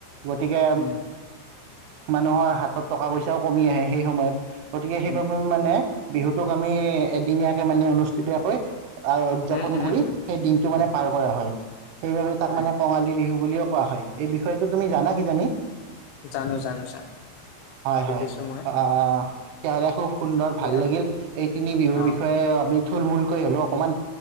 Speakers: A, on the right; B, on the left.
A: গতিকে
B: উম
A: মানুহৰ হাতত টকা পইচাও কমি আহে সেই সময়ত গতিকে সেইবাবে
B: উম
A: মানে বিহুটোক আমি এদিনীয়াকে মানে অনুষ্ঠিতীয়াকৈ উদযাপন
B: উম উম
A: কৰি
B: উম
A: সেই দিনটো মানে
B: হয়
A: পাৰ কৰা হয়। সেইবাবে তাক
B: হয়
A: মানে কঙালী বিহু বুলিও কোৱা হয়। এই বিষয়টো তুমি জানা কিজানি?
B: জানো জানো জানো
A: হয়
B: দেখিছো
A: হয়
B: মই।
A: আহ <unintelligible> সুন্দৰ ভাল
B: এতিয়া
A: লাগিল এই তিনি বিহুৰ
B: অ
A: বিষয়ে আমি, থুলমূলকৈ হলেও অকণমান